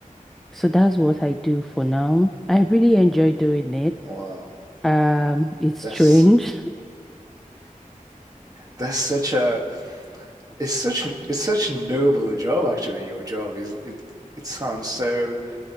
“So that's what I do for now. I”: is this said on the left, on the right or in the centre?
Centre